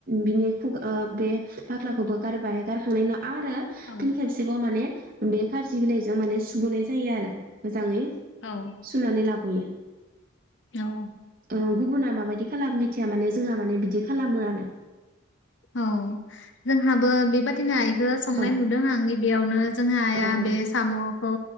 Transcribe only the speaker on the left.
औ
औ
औ
औ जोंहाबो बेबादिनो आइखौ संनाय
नुदों आं गिबियावनो जोंहा आइया
बे साम'खौ